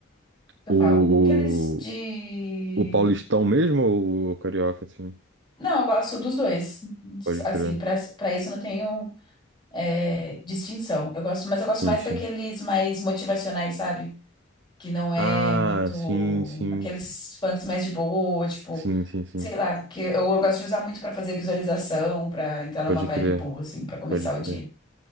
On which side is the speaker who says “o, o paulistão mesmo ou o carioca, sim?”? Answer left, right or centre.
Right